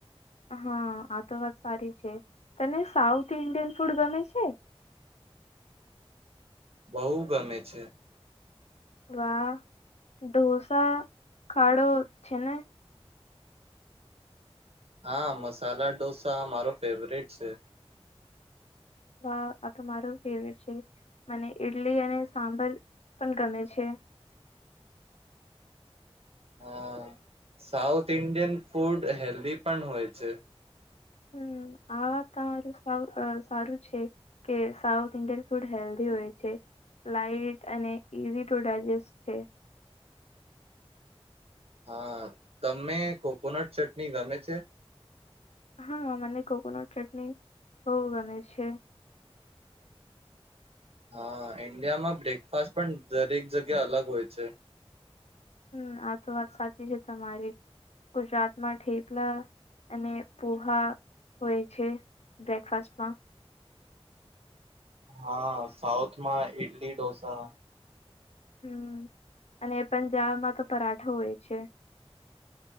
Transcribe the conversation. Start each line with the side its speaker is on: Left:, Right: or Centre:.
Left: હા આ તો વાત સારી છે તને સાઉથ ઈન્ડિયન ફૂડ ગમે છે.
Right: બહ ગમે છે.
Left: વાહ ઢોસા ખાડો છે ને.
Right: હા મસાલા ડોસા મારો ફેવરેટ છે.
Left: વાહ આ તો મારો ફેવરેટ છે મને ઈડલી અને સાંબર પણ ગમે છે.
Right: હા સાઉથ ઇન્ડિયન ફૂડ હેલ્ધી પણ હોય છે.
Left: હમ આ વા તમારું સારું છે કે સાઉથ ઇન્ડિયન ફૂડ હેલ્ધી હોય છે લાાઈટ અને ઈઝી ટુ ડાયજેસ્ટ છે.
Right: હા તમે કોકોનટ ચટણી ગમે છે.
Left: હા મને કોકોનટ ચટણી બહુ ગમે છે
Right: હા ઈન્ડિયામાં બ્રેકફાસ્ટ પણ દરેક જગ્યા અલગ હોય છે.
Left: હમ આ તો વાત સાચી છે તમારી ગુજરાતમાં ઠેપલા અને પ પોહા હોય છે બ્રેકફાસ્ટમાં
Right: હા સાઉથમાં ઈડલી ઢોસા.
Left: હમ અને એ પણ જામાં તો પરાઠો હોય છે.